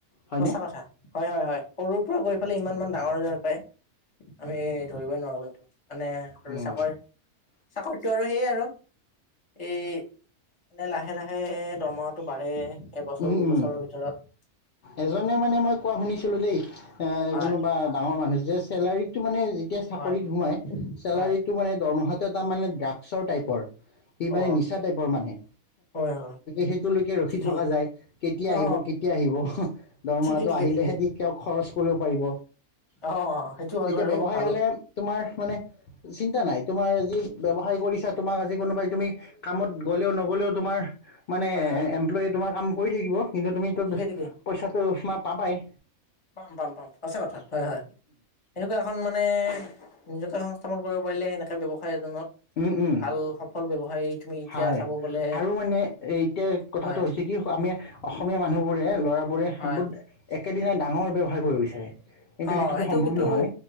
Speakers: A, on the left; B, on the left.
A: হয়নে
B: সঁচা কথা হয়, হয়, হয় সৰুৰ পৰা গৈ পেলাই ইমানমান ডাঙৰাৰ পায়। আমি ধৰিবই নোৱাৰো কিন্তু মানে আৰু
A: উম
B: চাকৰি চাকৰিতটো আৰু সেইয় আৰু। এই লাহে, লাহে দৰমহটো বাঢ়ে এবছৰ
A: উম
B: দুইবছৰৰ
A: উম
B: ভিতৰত।
A: এজনে মানে মই কোৱা শুনিছিলো দেই। এ
B: হয়
A: কোনোবা ডাঙৰ মানুহ যে চেলাৰিতটো মানে যেতিয়া চাকৰিত
B: হয়
A: সোমাই, চেলাৰিত
B: হয়
A: টো মানে দৰমহাটো এটা মানে ড্ৰাগছৰ টাইপৰ। সি
B: অ
A: মানে নিচা টাইপৰ মানে
B: হয় হয়
A: সেইটোলৈকে ৰখি
B: ঠিকেই
A: থকা যায়। কেতিয়া
B: অ
A: আহিব কেতিয়া আহিব দৰমহাটো
B: ঠিকে ঠিকে
A: আহিলেহে
B: ঠিকে
A: খৰচ কৰিব পাৰিব।
B: অ সেইটো হয়
A: এতিয়া
B: বাৰু
A: ব্যৱসায়
B: ভাল
A: হলে তোমাৰ মানে চিন্তা নাই তোমাৰ আজি ব্যৱসায় কৰিছা তোমাক আজি তুমি কোনোবাই তুমি কামত
B: হয়
A: গ'লেও, নগ'লেও তোমাৰ মানে
B: হয় হয়
A: এমপ্লয়ে তোমাৰ কাম কৰি থাকিব। কিন্তু তুমিটো
B: ঠিকে
A: পইচাটো
B: ঠিকে
A: তোমাৰ পাবাই।
B: পাম, পাম, পাম সঁচা কথা হয়, হয় এনেকুৱা এখন মানে নিজকে সংস্থাপন কৰিব পাৰিলে, সেনেকে ব্যৱসায় এজনত
A: উম, উম
B: ভাল সফল ব্যৱসায় তুমি এতিয়া
A: হয়।
B: চাব গ'লে
A: আৰু মানে এতিয়া কথাটো
B: হয়
A: হৈছে কি, আমি অসমীয়া মানুহবোৰে ল'ৰাবোৰে
B: হয়
A: বুত একেদিনাই ডাঙৰ ব্যৱসায় কৰিব বিচাৰে। কিন্তু
B: অ,
A: সেইটোতো
B: সেইটো
A: সম্ভৱ
B: কিন্তু
A: নহয়